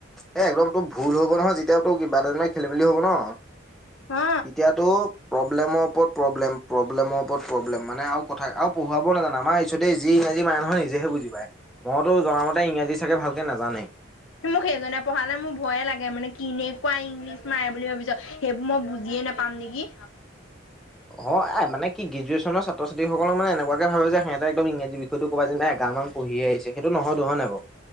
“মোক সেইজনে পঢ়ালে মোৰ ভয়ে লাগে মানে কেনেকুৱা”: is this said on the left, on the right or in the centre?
Left